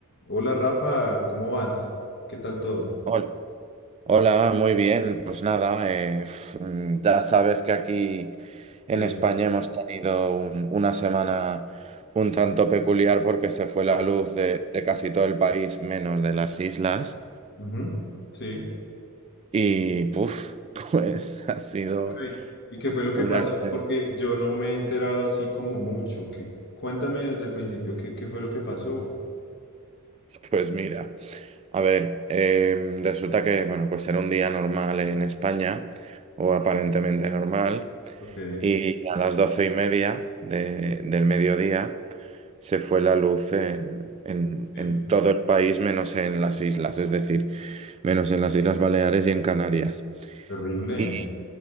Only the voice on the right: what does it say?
Hola, hola, muy bien. Pues nada, eh, f- mm, ya sabes que aquí en
España hemos tenido un- una semana un tanto peculiar porque se fue
la luz de, de casi todo el país, menos de las islas.
Y puf, <laughs> pues ha sido
una...
experiencia.
Pues mira, a ver, eh, resulta que, bueno, pues era un día normal en España, o aparentemente normal,
y a las doce y media de- del mediodía. Se fue la luz en, en,
en todo el país, menos en las islas, es decir, menos en las Islas Baleares y en Canarias.
Y,